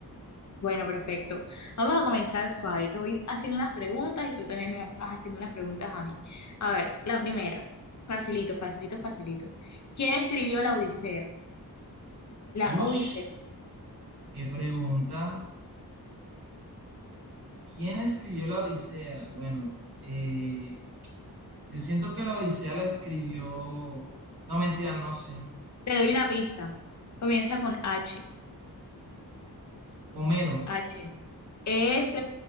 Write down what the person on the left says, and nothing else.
Bueno, perfecto. Vamos a comenzar suave. Te voy haciendo unas preguntas y tú también me vas haciendo unas preguntas a mí. A ver, la primera, facilito, facilito, facilito. ¿Quién escribió la Odisea? La
Odisea.
Te doy una pista. Comienza con H.
H. S.